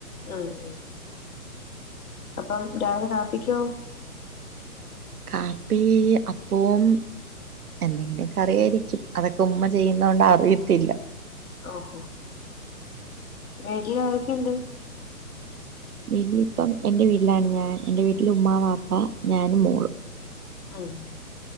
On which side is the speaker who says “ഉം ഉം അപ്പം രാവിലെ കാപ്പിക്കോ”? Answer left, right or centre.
Left